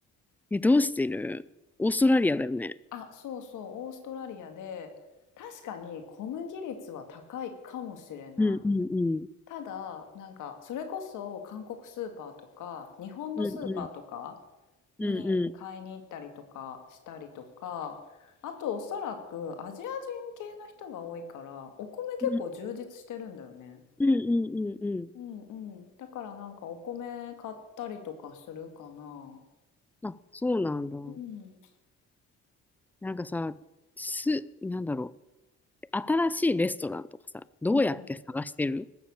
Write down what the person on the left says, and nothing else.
あ、そうそう、オーストラリアで、確かに小麦率は高いかもしれない。
ただ、なんか、それこそ韓国スーパーとか、日本のスーパーとか
に買いに行ったりとかしたりとか、あとおそらくアジア人系の人が多いから、お米結構充実してるんだよね。
うんうん。だからなんかお米買ったりとかするかな。
うん。
うんうん。